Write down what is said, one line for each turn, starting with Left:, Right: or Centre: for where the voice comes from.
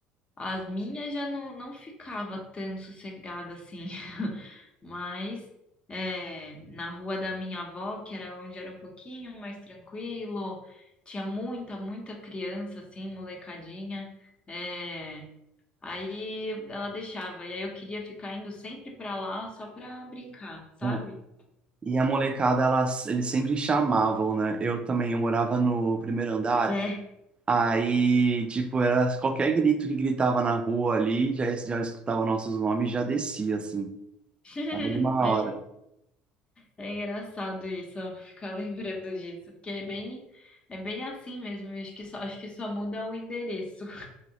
Left: as minhas já não, não ficava tão sossegada assim. <laughs> Mas é, na rua da minha avó, que era onde era um pouquinho mais tranquilo, tinha muita, muita criança, assim, molecadinha. É, aí ela deixava. E aí eu queria ficar indo sempre pra lá só pra brincar, sabe?
Right: Mano, E a molecada, elas, eles sempre chamavam, né? Eu também, eu morava no primeiro andar,
Left: É.
Right: aí, tipo, era qualquer grito que gritava na rua ali, já, já escutava nossos nomes, e já descia, assim.
Left: <laughs>
Right: A mesma hora,
Left: É engraçado isso, ó, <laughs> ficar lembrando disso, porque é bem, é bem assim mesmo, eu acho que só, acho que só muda o endereço.